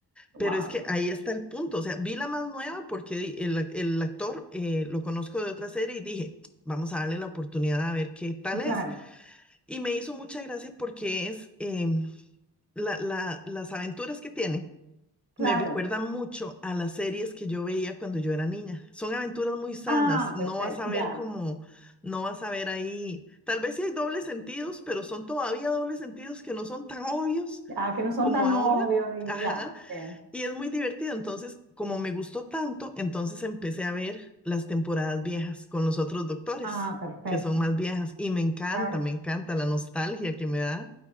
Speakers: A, on the right; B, in the centre.
A: Wow.
B: Pero es que ahí está el punto. O sea, vi la más nueva porque di- el, ac- el actor eh, lo conozco de otra serie y dije, vamos a darle la oportunidad a ver qué tal es.
A: Claro,
B: Y me hizo mucha gracia porque es em, la- la- las aventuras que tiene.
A: claro.
B: Me recuerdan mucho a las series que yo veía cuando yo era niña. Son aventuras muy sanas,
A: Ah,
B: no
A: perfecto,
B: vas a ver
A: ya.
B: como, no vas a ver ahí, tal vez sí hay dobles sentidos, pero son todavía dobles sentidos que no son tan obvios
A: Ya, que no son
B: como
A: tan
B: ahora.
A: obvios y
B: Ajá.
A: ya. sí.
B: Y es muy divertido. Entonces, como me gustó tanto, entonces empecé a ver las temporadas viejas con los otros doctores,
A: Ah, perfecto,
B: que son más viejas. Y me encanta,
A: claro.
B: me encanta la nostalgia que me da